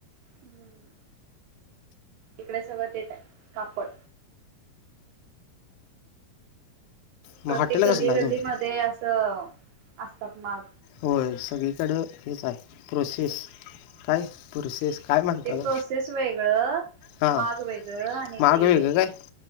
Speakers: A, on the right; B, on the left.
A: हम्म. इकड सगळं तेच हाय कापड.
B: मग
A: प्रत्येक
B: हॉटेल
A: गल्ली
B: कसलं आहे
A: गल्ली
B: तुमचं
A: मध्ये असं असतात माग.
B: होय सगळीकडं हेच आहे. प्रोसेस काय प्रोसेस काय म्हणतात
A: ते प्रोसेस वेगळं,
B: हां
A: माग वेगळं आणि
B: माग
A: ते
B: वेगळं काय